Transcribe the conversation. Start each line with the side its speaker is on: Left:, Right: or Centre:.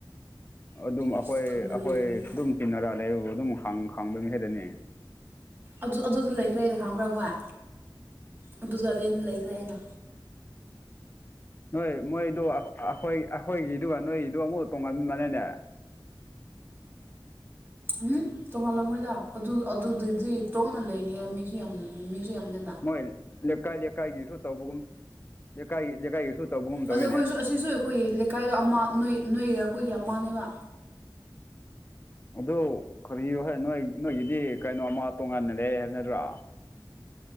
Left: ꯑꯗꯨꯝ ꯑꯩꯈꯣꯏ
Right: ꯏꯁ
Left: ꯑꯩꯈꯣꯏ
Right: ꯈꯪꯗꯕꯤ ꯑꯣꯏꯔꯝꯅꯤꯅ
Left: ꯑꯗꯨꯝ ꯇꯤꯟꯅꯔꯥ ꯂꯩꯕꯕꯨ ꯑꯗꯨꯝ ꯈꯪꯕꯣꯏ ꯃꯤ ꯍꯥꯏꯗꯅꯤ
Right: ꯑꯗꯨ ꯑꯗꯨꯗꯤ ꯂꯩꯈ꯭ꯔꯦ ꯍꯥꯏꯅ ꯈꯪꯕ꯭ꯔꯥ ꯃꯣꯏ ꯑꯗꯨ ꯒꯥꯔꯗꯦꯟꯗ ꯂꯩꯈ꯭ꯔꯦꯅ
Left: ꯅꯣꯏ ꯃꯣꯏꯗꯨ ꯑꯩꯈꯣꯏ ꯑꯩꯈꯣꯏꯒꯤꯗꯨ ꯅꯣꯏꯒꯤꯗꯨ ꯑꯃꯨꯛ ꯇꯣꯡꯉꯥꯟꯕꯕꯅꯅꯦ
Right: ꯎꯝ ꯇꯣꯉꯥꯜꯂꯝ ꯃꯣꯏꯗ ꯑꯗꯨ ꯑꯗꯨꯗꯤ ꯇꯣꯉꯥꯟꯅ ꯂꯩꯅꯤ ꯃꯤꯁꯨ ꯌꯥꯝ ꯃꯤꯁꯨ ꯌꯥꯝ ꯂꯩ
Left: ꯃꯣꯏ ꯂꯩꯀꯥꯏ ꯂꯩꯀꯥꯏꯒꯤꯁꯨ ꯇꯧꯕꯒꯨꯝ ꯂꯩꯀꯥꯏ ꯂꯩꯀꯥꯏꯒꯤꯁꯨ ꯇꯧꯕꯒꯨꯝ ꯇꯧꯋꯤꯅꯦ
Right: ꯑꯗꯣ ꯑꯩꯈꯣꯏꯁꯨ ꯑꯁꯤꯁꯨ ꯑꯩꯈꯣꯏ ꯂꯩꯀꯥꯏꯗꯣ ꯑꯃ ꯅꯣꯏ ꯅꯣꯏꯒ ꯑꯩꯈꯣꯏꯒꯤ ꯑꯃꯅꯦꯕ꯫
Left: ꯑꯗꯨ ꯈꯔꯤ ꯍꯣꯏ ꯅꯣꯏ ꯅꯣꯏꯒꯤꯗꯤ ꯀꯩꯅꯣ ꯑꯃ ꯇꯣꯉꯥꯟꯅ ꯂꯩ ꯍꯥꯏꯕ ꯅꯠꯇ꯭ꯔꯥ?